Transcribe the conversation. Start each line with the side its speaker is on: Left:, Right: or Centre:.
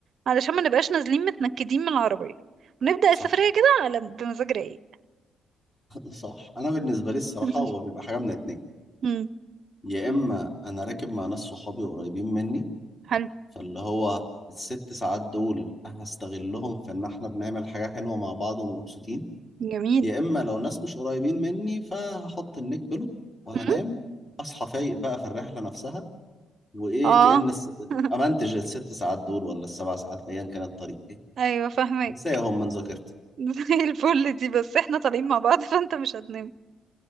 Right: علشان ما نبقاش نازلين متنكدين من العربية ونبدأ
Left: صح
Right: السفرية كده على بمزاج رايق
Left: صح انا بالنسبه لي الصراحه
Right: <laughs>
Left: هو بيبقى حاجه من اتنين
Right: مم،
Left: يا اما انا راكب مع ناس صحابي قريبين مني
Right: حلو
Left: فاللي هو الست ساعات دول هستغلهم في ان احنا بنعمل حاجة حلوة مع بعض ومبسوطين
Right: جميل
Left: يا اما لو ناس مش قريبين مني فهحط النيك بلو وهنام
Right: مم.
Left: اصحى فايق بقى في الرحلة نفسها وايه
Right: اه
Left: كأن الس...
Right: <laughs>
Left: امنتج الست ساعات دول ولا السبع ساعات ايا كان الطريق ايه
Right: ايوه فاهمك
Left: انساهم من ذاكرتي
Right: <laughs> زي الفل دي بس احنا طالعين مع بعض <laughs> فانت مش هتنام